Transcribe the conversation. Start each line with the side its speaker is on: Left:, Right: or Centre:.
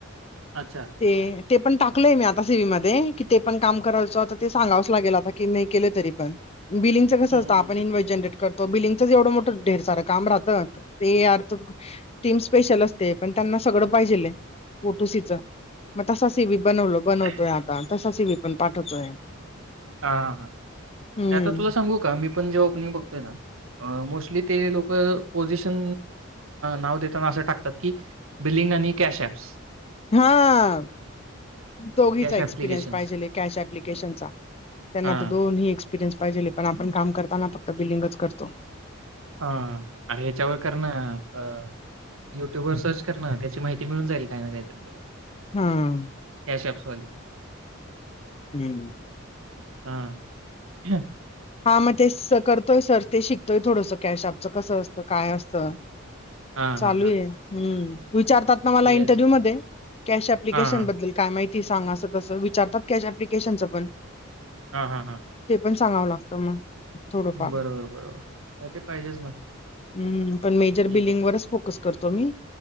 Right: अच्छा.
Left: ते, ते पण टाकलंय मी आता सीवी मध्ये कि ते पण काम करायचं ते सांगावंच लागेल आता की नाही केले तरी बिलीगच कस
Right: हम्म,
Left: आसत आपण
Right: हम्म,
Left: इनवे जनरेट करतो बिल्डिंगचच एवढं मोठं ढेर सारं काम राहतं ते अर्थ टीम स्पेशल असते पण त्यांना सगळं पाहिजेल पोटुसीच. मग तसा सि, बी बनवलो बनवतोय
Right: हम्म.
Left: आता तसा सि, बी पण पाठवतोय.
Right: हा, हा, हां
Left: हम्म
Right: आता तुला सांगू का मी पण जेव्हा ओपनिंग बघतोयना. अ मोस्टली ते लोक पोझिशन नाव देताना असं टाकतात की बिलिंग आणि कॅशएप्स.
Left: हा दोघीचा
Right: कॅश
Left: एक्सपिरियन्स
Right: ॲप्लिकेशन्स
Left: पाहिजेलय. कॅश एप्लीकेशन त्यांना
Right: हां
Left: तर दोन्ही एक्सपिरीयन्स पाहिजेल हे पण आपण काम करताना फक्त बिलिंगच करतो.
Right: ह अरे ह्याच्यावर करना अ युट्यूब वर सर्च करण त्याची माहिती मिळून जाईल काय ना, काय तरी तुला.
Left: हम्म.
Right: कॅश ॲप्स वाली.
Left: हम्म.
Right: हा आ
Left: हा मग तेच स करतोय सर ते शिकतोय थोडस कॅशएप्स कसं असतं काय असत
Right: हां हां
Left: चालू
Right: हां
Left: आहे. हम्म विचारतात ना मला
Right: येस
Left: इंटरव्ह्यू मध्ये कॅश एप्लीकेशन
Right: हां हां
Left: बद्दल. काय माहिती सांगा असं तस विचारतात कॅश एप्लीकेशन च पण.
Right: हां हां हां‌.
Left: ते पण सांगाव लागतं मग. थोडंफार
Right: बरोबर, बरोबर नाही ते पाहिजेच ना.
Left: हम्म पण मेजर
Right: ठीक
Left: बिल्डिंग
Right: आहे.
Left: वरच फोकस करतो मी